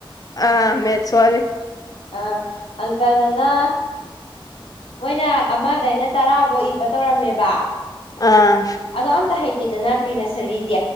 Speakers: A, on the left (about 40°); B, on the left (about 85°).
A: ꯑꯥ ꯃꯦꯠꯁ ꯋꯥꯠꯂꯤ
B: ꯑ ꯑꯪꯀꯗꯅꯥ ꯃꯣꯏꯅ ꯑꯃꯗꯩꯅ ꯇꯔꯥꯐꯧ ꯏꯕ ꯇꯧꯔꯝꯃꯦꯕ
A: ꯑꯥ
B: ꯑꯗꯣ ꯑꯝꯇ ꯍꯩꯇꯦꯗꯅ ꯄ꯭ꯔꯤ ꯅꯁꯔꯤꯗꯤ